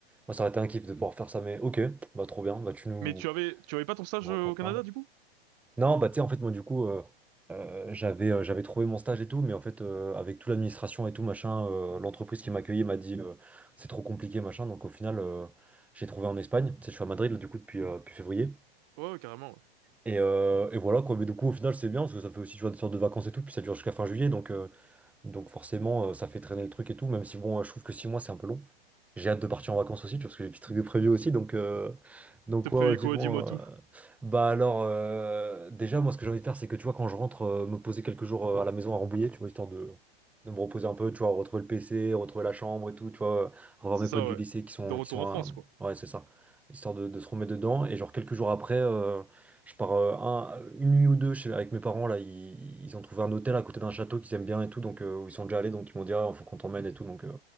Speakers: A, in the centre; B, on the right.
A: Moi, ça aurait été un kiff de pouvoir faire ça, mais ok, bah trop bien, bah tu nous,
B: Mais tu avais tu avais pas ton stage
A: nous raconteras.
B: euh, au Canada du coup?
A: Non, bah tu sais, en fait, moi, du coup, euh, euh, j'avais euh, j'avais trouvé mon stage et tout, mais en fait, euh, avec toute l'administration et tout, machin, euh, l'entreprise qui m'accueillait m'a dit euh, c'est trop compliqué, machin. Donc, au final, euh, j'ai trouvé en Espagne. Tu sais, je suis à Madrid, là, du coup, depuis, euh, depuis février.
B: Ouais, ouais, carrément. Ouais.
A: Et, euh, et voilà, quoi. Mais du coup, au final, c'est bien parce que ça fait aussi, tu vois, des sortes de vacances et tout, puis ça dure jusqu'à fin juillet. Donc, euh, donc forcément, euh, ça fait traîner le truc et tout, même si bon, euh, je trouve que 6 mois, c'est un peu long. J'ai hâte de partir en vacances aussi, tu vois, parce que j'ai des petits trucs de prévu aussi. Donc, euh, donc
B: T'as prévu
A: ouais, ouais, vivement.
B: quoi? Dis-moi tout.
A: euh, Bah alors, euh, déjà, moi, ce que j'ai envie de faire, c'est que, tu vois, quand je rentre, euh, me poser quelques jours euh, à la maison à Rambouillet, tu vois, histoire de, de me reposer un peu, tu vois, retrouver le PC, retrouver la chambre et tout, tu vois, euh, revoir
B: C'est
A: mes
B: ça,
A: potes du
B: ouais.
A: lycée qui sont,
B: De retour
A: qui sont
B: en France,
A: à-
B: quoi.
A: Ouais, c'est ça. Histoire de, de se remettre dedans. Et genre, quelques jours après... euh, je pars euh, un- une nuit ou deux chez, avec mes parents là, ils, ils ont trouvé un hôtel à côté d'un château qu'ils aiment bien et tout, donc euh, où ils sont déjà allés, donc ils m'ont dit ah, faut qu'on t'emmène et tout, donc euh,